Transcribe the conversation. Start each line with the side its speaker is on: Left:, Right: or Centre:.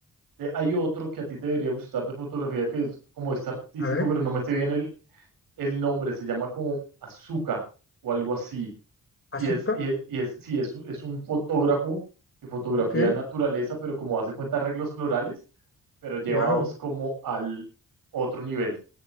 Right: Te- Hay otro que a ti te debería gustar de fotografía que es como este artístico,
Left: A ver,
Right: pero no me sé bien el, el nombre. Se llama como Azuka o algo así.
Left: azúcar.
Right: Y es, y es, y es, sí, es, un- es un fotógrafo que fotografía
Left: Ok,
Right: naturaleza, pero como hace cuenta arreglos florales, pero llevados
Left: wow.
Right: como al otro nivel.